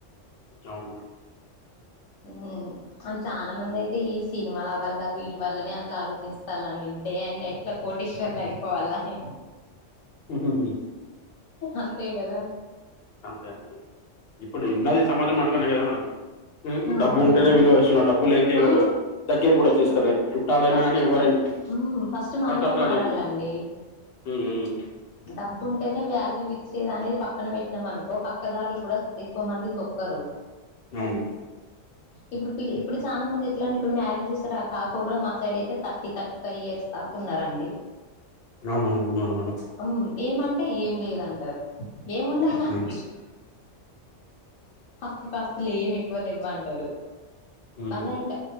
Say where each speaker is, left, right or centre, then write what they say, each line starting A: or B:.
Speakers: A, on the left; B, on the left.
A: అవును
B: హ్మ్ అం చాలా మంది అయితే ఈ సినిమాల వల్ల వీటి వల్లనే అట్లా ఆలోచిస్తారుండి డే అండ్ నైట్ ఇట్లా కోటీశ్వరులు అయిపోవాలని
A: ఊహూ హూ
B: అంతే కదా
A: అంతే అంతే ఇప్పుడు ఉన్నది సమాజం అట్లానే కదా మేడం డబ్బు
B: అవునండి
A: ఉంటేనే విలువ ఇస్తున్నా డబ్బులు లేనిదే ఇవ్వరు
B: ఆ
A: దగ్గర కూడా చూస్తలేరు
B: ఫస్ట్
A: చుట్టాలైనా
B: ఫస్ట్
A: కానీ ఎవరైనా
B: మా ఫస్ట్ మనమే
A: ఫస్ట్ట
B: మారాలండి
A: లేకుండా హ్మ్ మ్మ్
B: డబ్బు ఉంటేనే వాల్యూ ఇచ్చేది అనేది పక్కన పెట్టినాం అనుకో పక్కదారులు కూడా ఎక్కువ మంది తొక్కరు
A: అవును
B: ఇప్పుడు పి ఇప్పుడు చాలా మంది ఎట్లా అండి ఇప్పుడు మ్యారేజ్ కాక కూడా మా సైడ్ అయితే థర్టీ థర్టీ ఫైవ్ ఇయర్స్ దాకున్నారండి
A: అవునవును ఉన్నారు మేడం
B: హ్మ్ ఏమంటే ఏం లేదంటారు ఏముండాలండి
A: ఉమ్,
B: ఆస్తి పాస్తులు ఏమి ఎక్కువ లెవ్వంటారు మళ్ళా
A: ఉమ్,
B: ఇంకా